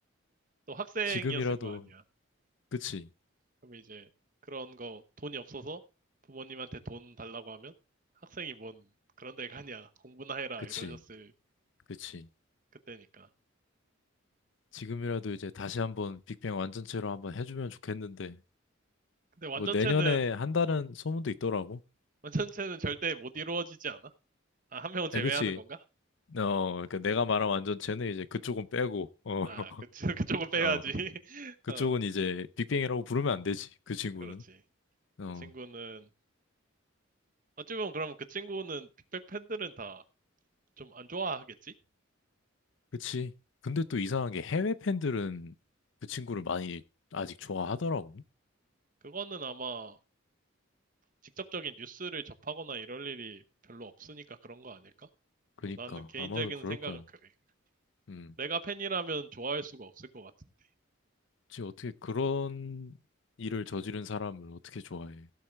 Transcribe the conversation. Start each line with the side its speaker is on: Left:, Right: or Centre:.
Right: 또 학생이었을
Left: 지금이라도
Right: 거 아니야.
Left: 그치
Right: 그럼 이제 그런 거 돈이 없어서 부모님한테 돈 달라고 하면 학생이 뭔 그런 데 가냐 공부나 해라
Left: 그치
Right: 이러셨을
Left: 그치
Right: 그때니까.
Left: 지금이라도 이제 다시 한번 빅뱅 완전체로 한번 해주면 좋겠는데
Right: 근데 완전체는
Left: 뭐 내년에 한다는 소문도 있더라고
Right: 완전체는 절대 못 이루어지지 않아? 아, 한 명은 제외하는
Left: 에 그치
Right: 건가?
Left: 어 그러니까 내가 말한 완전체는 이제 그쪽은 빼고 어
Right: 아,
Left: <laughs>
Right: 그, <laughs> 그쪽은 빼야지.
Left: 어
Right: <laughs>
Left: 그쪽은
Right: 어,
Left: 이제 빅뱅이라고 부르면 안 되지 그 친구는
Right: 그렇지.
Left: 어
Right: 그 친구는 어찌 보면 그럼 그 친구는 빅뱅 팬들은 다 좀 안 좋아하겠지?
Left: 그치 근데 또 이상한 게 해외 팬들은 그 친구를 많이 아직 좋아하더라고
Right: 그거는 아마 직접적인 뉴스를 접하거나 이럴 일이 별로 없으니까 그런 거 아닐까?
Left: 그니까
Right: 뭐 나는 개인적인
Left: 아마도 그럴
Right: 생각은
Left: 거야
Right: 그래.
Left: 음.
Right: 내가 팬이라면 좋아할 수가 없을 것 같은데.
Left: 그치, 어떻게 그런 일을 저지른 사람을 어떻게 좋아해?